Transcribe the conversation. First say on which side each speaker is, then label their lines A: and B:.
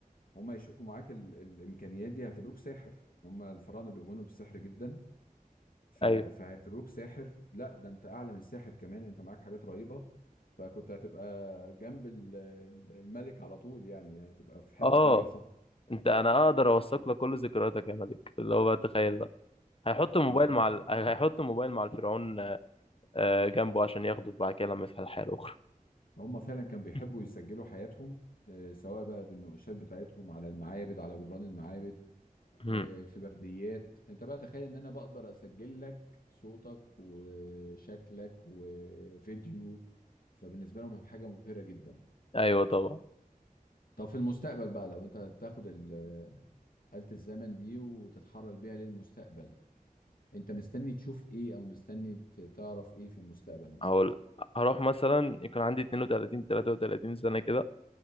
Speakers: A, on the left (about 75°); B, on the left (about 40°).
A: هم يشوفوا معاك ال... الامكانيات دي هيعتبروك ساحر هم الفراعنه بيؤمنوا بالسحر جدا ف...
B: ايوه
A: فهيعتبروك ساحر لا ده انت اعلى من الساحر كمان انت معاك حاجات رهيبه فكنت هتبقى جنب ال- الملك على طول يعني هتبقى في حته
B: اه
A: تانية خالص
B: انت انا اقدر اوثق لك كل ذكرياتك يا ملك اللي هو بقى تخيل بقى. هيحط الموبايل
A: بالظبط
B: مع ال...
A: اه
B: هيحط الموبايل مع الفرعون آه، جنبه عشان ياخده بعد كده لما يفتح الحياة الأخرى
A: هم فعلا كانوا بيحبوا
B: <laughs>
A: يسجلوا حياتهم آه، سواء بقى بالنقوشات بتاعتهم على المعابد على جدران المعابد
B: مم.
A: آه، في برديات انت بقى تخيل ان انا بقدر اسجل لك صوتك وشكلك وفيديو فبالنسبه لهم هيبقى حاجه مبهره جدا
B: أيوه طبعا
A: طب في المستقبل بقى لو انت هتاخد ال- آلة الزمن دي وتتحرك بيها للمستقبل انت مستني تشوف ايه او مستني ت- تعرف ايه في المستقبل مثلا
B: هقول هروح مثلا يكون عندي 32 33 سنة كده